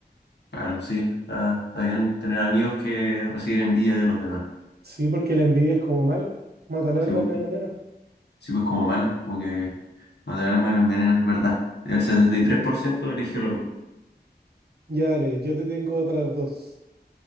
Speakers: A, on the left (about 75°); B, on the right (about 65°).
A: Claro, sí, está, está bien tener amigos que reciben envidia de los demás.
B: Sí, porque la envidia es como mala. Mata al alma
A: Sí, pues,
B: y la envenena.
A: sí, pues como mala, como que matar al alma la envenenas, es verdad. El 73% eligió lo mismo.
B: Ya dale, yo te tengo otras dos.